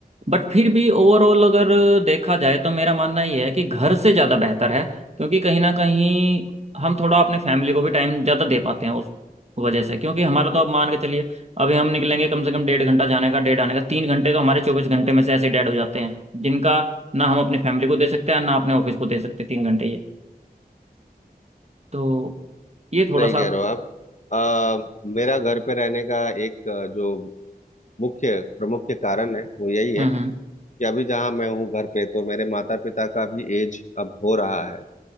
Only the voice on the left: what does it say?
जी
बिल्कुल
सही
कह रहे हो आप अ, मेरा घर पे रहने का एक अ, जो मुख्य प्रमुख कारण है वो यही है
कि अभी जहाँ मैं हूँ घर पे तो मेरे माता पिता का भी एज अब हो रहा है